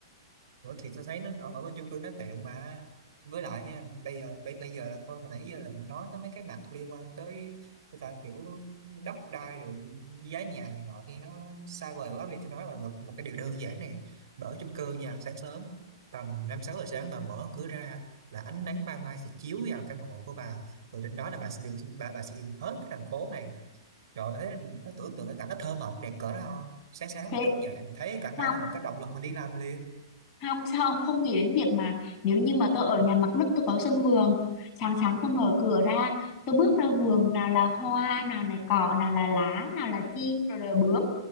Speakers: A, on the right (about 70°); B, on the left (about 35°).
A: Ủa thì tôi thấy nó ở bên chung cư nó tiện mà với lại nha bây giờ bây, bây giờ là thôi hồi nãy giờ là mình nói tới mấy cái mặt liên quan tới người ta kiểu đất đai rồi giá nhà này nọ thì nó xa vời quá vì tôi nói là một, một cái điều đơn giản này Bà ở chung cư nha sáng sớm tầm năm sáu giờ sáng bà mở cửa ra là ánh nắng ban mai sẽ chiếu vào căn hộ của bà rồi trên đó là bà sẽ được bà, bà sẽ nhìn hết cái thành phố này trời ơi, thấy mình nó tưởng tượng cái cảnh nó thơ mộng đẹp cỡ nào sáng sáng
B: thế
A: mình thức dậy mình thấy cái cảnh đó
B: không
A: là mình có động lực mình đi làm liền
B: không sao ông không nghĩ đến việc mà nếu như mà tôi ở nhà mặt đất tôi có sân vườn sáng sáng tôi mở cửa ra tôi bước ra vườn nào là hoa nào là cỏ nào là lá nào là chim rồi là bướm